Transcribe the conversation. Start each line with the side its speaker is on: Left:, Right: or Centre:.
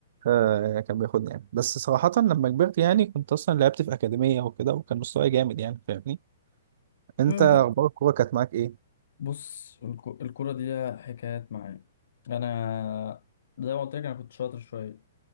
Right: آه، كان بياخدني يعني بس صراحه لما كبرت يعني كنت اصلا لعبت في اكاديميه وكده وكان مستواي جامد يعني فاهمني انت
Left: <laughs>
Right: اخبار الكوره كانت معاك ايه
Left: بص الك- الكرة دي ليها حكايات معايا انا زي ما قلت لك انا كنت شاطر شوية